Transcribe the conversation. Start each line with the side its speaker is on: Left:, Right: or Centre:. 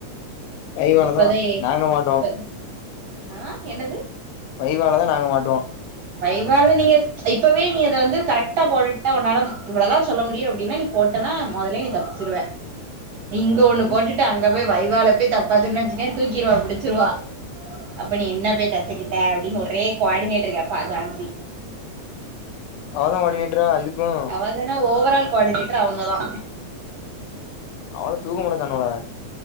Left: வைவாலதா
Right: இப்பதா ஏ
Left: நாங்க மாட்டுவோ
Right: இப்ப ஆ என்னது
Left: வைவால தா நாங்க மாட்டுவோ
Right: வைவால நீங்க இப்பவே நீ அத வந்து கரெக்டா போட்டுட்டா உன்னால இவ்ளதா சொல்ல முடியு அப்டினா நீ போட் டனா மொதலே நீ தப்பிச்சுருவ இங்க ஒன்னு
Left: ம்
Right: போட்டுட்டு அங்க போய் வைவால போய் தப்பா சொன்ன வச்சுக்க தூக்கிருவா புடிச்சிருவா அப்ப நீ என்ன போய் கத்துக்கிட்டே அப்டின் ஒரே குவாடினேட்டர் கேப் பா ஜான்சி
Left: அவதா குவாடினேட்ரா இதுக்கு
Right: அவதான ஓவர் ஆல் குவாடினேட்டர் அவங்க தா
Left: அவ்ள தூக்கமுட <unintelligible>